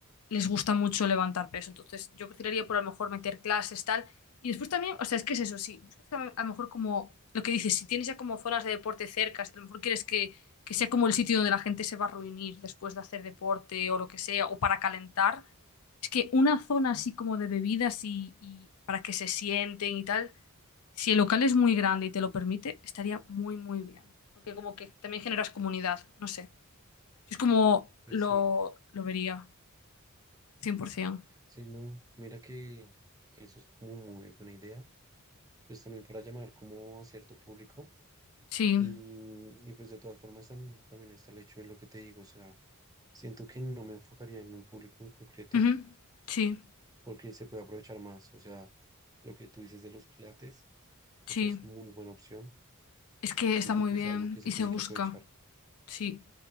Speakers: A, on the left; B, on the right.
A: les gusta mucho levantar peso. Entonces, yo creo tiraría por a lo mejor meter clases, tal. Y después también, o sea, es que es eso, sí, buscas a, a lo mejor como lo que dices, si tienes ya como zonas de deporte cercas, a lo mejor quieres que, que sea como el sitio donde la gente se va a reunir después de hacer deporte o lo que sea, o para calentar. Es que una zona así como de bebidas y, y para que se sienten y tal, si el local es muy grande y te lo permite, estaría muy, muy bien. Porque como que también generas comunidad, no sé. Si Es como
B: pues
A: lo,
B: sí,
A: lo vería, 100%.
B: sí, no, mira que, que eso es como muy buena idea. Pues también para llamar como a cierto público.
A: Sí,
B: Y, y pues de todas formas tam- también está el hecho de lo que te digo. O sea, siento que no me enfocaría en un público en concreto
A: Ujú. Sí,
B: porque se puede aprovechar más. O sea, lo que tú dices de los pilates,
A: sí.
B: o sea, es muy buena opción.
A: Es que
B: Siento
A: está muy
B: que
A: bien
B: es algo que se
A: y
B: tiene
A: se busca.
B: que aprovechar.
A: Sí,